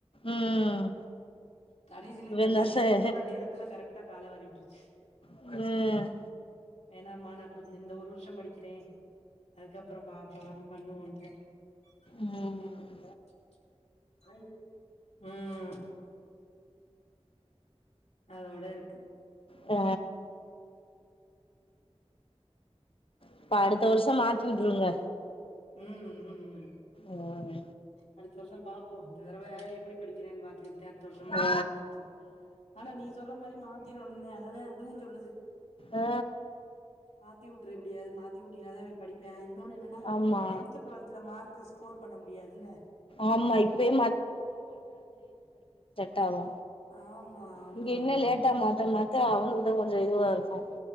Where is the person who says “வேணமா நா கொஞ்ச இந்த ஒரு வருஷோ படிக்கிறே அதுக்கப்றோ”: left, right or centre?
Left